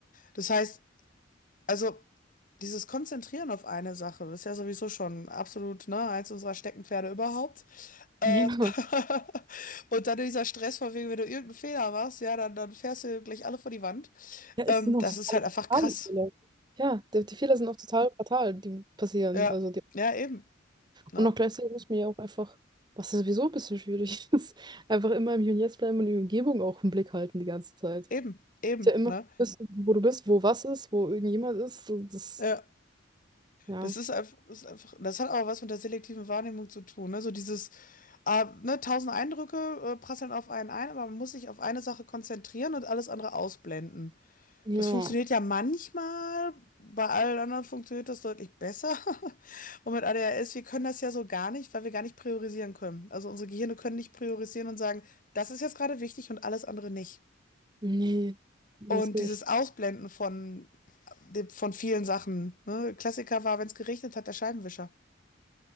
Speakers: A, on the left (about 45°); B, on the right (about 20°).
A: Das heißt, also dieses Konzentrieren auf eine Sache ist ja sowieso schon absolut, ne, eins unserer Steckenpferde überhaupt. Äh,
B: <laughs> Ja.
A: <laughs> und dann dieser Stress von wegen, wenn du irgendeinen Fehler machst, ja, dann, dann fährst du gleich alle vor die Wand.
B: Ja, es
A: Ähm,
B: sind auch
A: das
B: totale
A: ist halt einfach
B: fatale
A: krass.
B: Fehler. Ja, die, die Fehler sind auch total fatal, die passieren.
A: Ja,
B: Also die
A: ja, eben, ne?
B: und auch gleichzeitig muss man ja auch einfach, was ja sowieso ein bisschen schwierig <laughs> ist, einfach immer im Hier und Jetzt bleiben und die Umgebung auch im Blick halten die ganze Zeit. Ist
A: Eben, eben,
B: ja immer
A: ne?
B: wissen, wo du bist, wo was ist, wo irgendjemand ist. Und das,
A: Ja,
B: ja.
A: das ist einfach, ist einfach, das hat aber was mit der selektiven Wahrnehmung zu tun, ne? So dieses, ah, ne, tausend Eindrücke, äh, prasseln auf einen ein, aber man muss sich auf eine Sache konzentrieren und alles andere ausblenden.
B: Ja.
A: Das funktioniert ja manchmal, bei allen anderen funktioniert das deutlich besser. <laughs> Und mit ADHS, wir können das ja so gar nicht, weil wir gar nicht priorisieren können. Also unsere Gehirne können nicht priorisieren und sagen, das ist jetzt gerade wichtig und alles andere nicht.
B: Nee. Nee,
A: Und
B: es geht
A: dieses
B: echt.
A: Ausblenden von, de- von vielen Sachen. Ne? Klassiker war, wenn es geregnet hat, der Scheibenwischer.